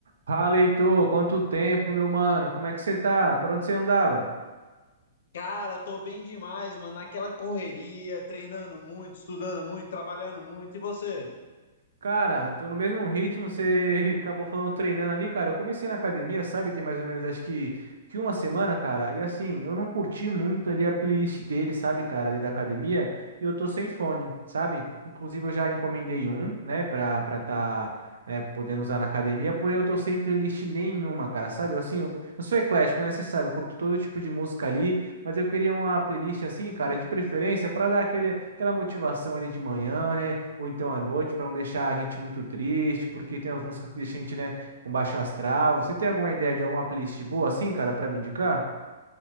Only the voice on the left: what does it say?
Cara, tô bem demais, mano. Naquela correria, treinando muito, estudando muito, trabalhando muito. E você?